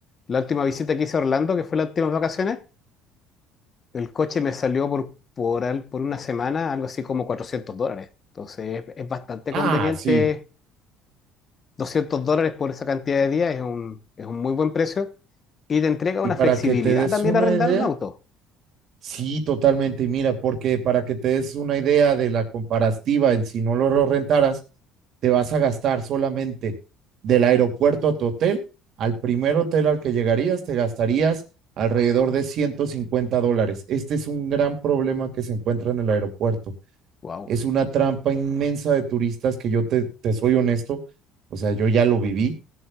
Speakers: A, on the left; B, on the right.
A: la última visita que hice a Orlando, que fue las últimas vacaciones, El coche me salió por, por, al- por una semana algo así como 400 dólares. Entonces es, es bastante
B: Ah,
A: conveniente.
B: sí.
A: doscientos dólares por esa cantidad de días es un, es un muy buen precio. Y te entrega una
B: Y para
A: flexibilidad
B: que te des
A: también
B: una
A: arrendar
B: idea,
A: un auto.
B: sí, totalmente. Y mira, porque para que te des una idea de la comparativa en si no lo rentaras, te vas a gastar solamente del aeropuerto a tu hotel, al primer hotel al que llegarías, te gastarías alrededor de 150 dólares. Este es un gran problema que se encuentra en el aeropuerto.
A: Wow.
B: es una trampa inmensa de turistas que yo te, te soy honesto, o sea, yo ya lo viví,